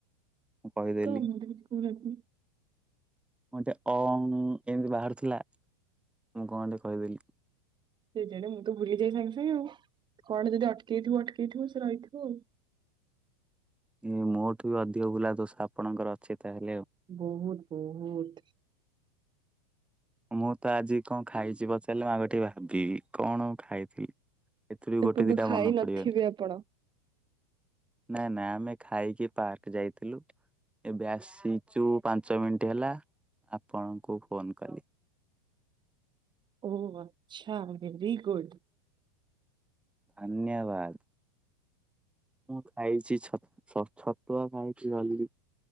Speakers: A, in the centre; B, on the right.
A: ମୁଁ କହିଦେଲି
B: କଣ ମୁଁ ତ କିଛି କହୁ ନଥିଲି।
A: ମୁଁ ଟେ ଅଂଗ୍ ଏମିତି ବାହାରୁଥିଲା ମୁଁ କଣଟେ କହିଦେଲି।
B: କେଜାଣି ମୁଁ ତ ଭୁଲିଯାଏ ସାଙ୍ଗେ ସାଙ୍ଗେ ଆଉ କଣ ଯଦି ଅଟକେଇଥିବ ଅଟକେଇଥିବ ସେ ରହିଥିବ ଆଉ।
A: ଇଏ ମୋ ଠୁ ବି ଅଧିକ ଭୁଲା ଦୋଷ ଆପଣଙ୍କର ଅଛି ତାହେଲେ ଆଉ।
B: ବହୁତ୍ ବହୁତ୍।
A: ମୁଁ ତ ଆଜି କଣ ଖାଇଛି ପଚାରିଲେ ମୁଁ ଆଗ ଟିକେ ଭାବିବି କଣ ଖାଇଥିଲି। ଏଥିରୁ ବି ଗୋଟେ
B: ଏପର୍ଯ୍ୟନ୍ତ
A: ଦିଇଟା
B: ଖାଇ
A: ମନେ
B: ନଥିବେ
A: ପଡିବନି।
B: ଆପଣ
A: ନାଇଁ ନା ଆମେ ଖାଇକି ପାର୍କ ଯାଇଥିଲୁ। ଏବେ ଆସିଚୁ ପାଞ୍ଚ ମିନିଟ୍ ହେଲା ଆପଣଙ୍କୁ ଫୋନ୍ କଲି।
B: ଓ ଆଚ୍ଛା ଭେରି ଗୁଡ଼।
A: ଅନ୍ୟବାଦ। ମୁଁ ଖାଇଛି ଛ ଛ ଛତୁଆ ଖାଇଛି <unintelligible>